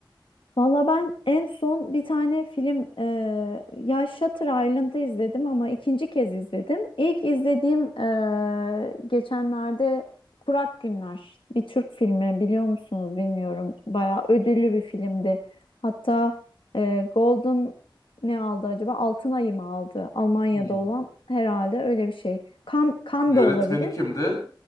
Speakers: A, on the left (about 75°); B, on the left (about 40°).
A: Valla ben en son bir tane film eee ya Shutter Island'ı izledim ama ikinci kez izledim. İlk izlediğim eee, geçenlerde Kurak Günler bir Türk filmi biliyor musunuz bilmiyorum. Bayağı ödüllü bir filmdi. Hatta eee, Golden ne aldı acaba? Altın Ayı mı aldı? Almanya'da
B: Hmm.
A: olan herhalde öyle bir şey. Kan, kan
B: Yönetmeni
A: da olabilir.
B: kimdi?